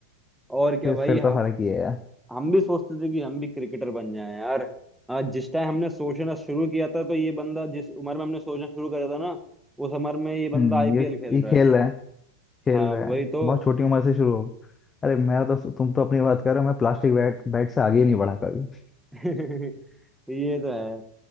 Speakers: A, in the centre; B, on the left (about 15°).
A: और क्या
B: फिर
A: भाई
B: फिर
A: हाँ,
B: तो फर्क ही है यार
A: हम भी सोचते थे कि हम भी क्रिकेटर बन जाएं यार हाँ, जिस टाइम हमने सोचना शुरू किया था तो ये बंदा जिस उम्र में हमने सोचना शुरू करा था ना उस उम्र में ये बंदा
B: हम्म
A: आईपीएल
B: ये
A: खेल
B: ये खेल
A: रहा है
B: है खेल
A: हाँ
B: रहे
A: वही
B: हैं
A: तो
B: बहुत छोटी उम्र से शुरू हो अरे मेरा तो तुम तो अपनी बात कर रहे हो मैं प्लास्टिक बैट बैट से आगे ही नहीं बढ़ा कभी
A: <laughs> ये तो है